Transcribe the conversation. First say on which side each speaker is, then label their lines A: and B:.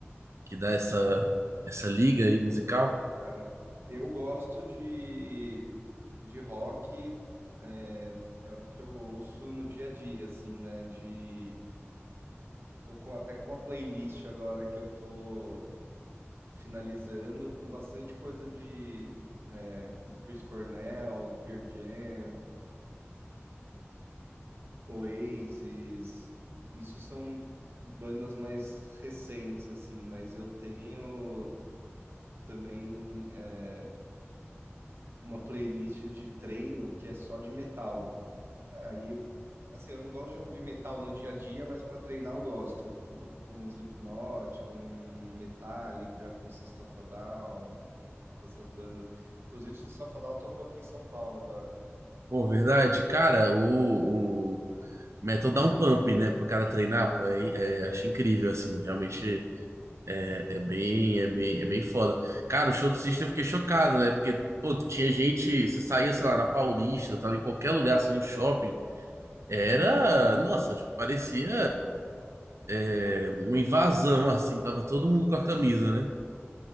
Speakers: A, on the right; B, on the right.
A: que dá essa, essa liga aí musical?
B: Cara, eu gosto de, de rock, é, é o que eu ouço no dia a dia, assim, né? De, eu tô com, até com uma playlist agora que eu tô finalizando com bastante coisa de, é, do Chris Cornell, do Pearl Jam, Oasis. Isso são bandas mais recentes, assim, mas eu tenho também é, uma playlist de treino que é só de metal. Aí eu, assim, eu não gosto de ouvir metal no dia a dia, mas para treinar eu gosto. Com, com Slipknot, com Metallica, com System of a Down, com, com essas bandas. Inclusive, System of a Down tocou aqui em São Paulo agora.
A: Pô, verdade, cara, o, o metal dá um pump, né, pro cara treinar, pô, é, é, acho incrível, assim, realmente é, é bem, é bem, é bem foda. Cara, o show do System eu fiquei chocado, né, porque, pô, tinha gente, você saía, sei lá, na Paulista, tava em qualquer lugar, assim, no shopping, Era,
B: Uhum.
A: nossa, tipo, parecia é, uma invasão, <laughs> assim, tava todo mundo com a camisa, né?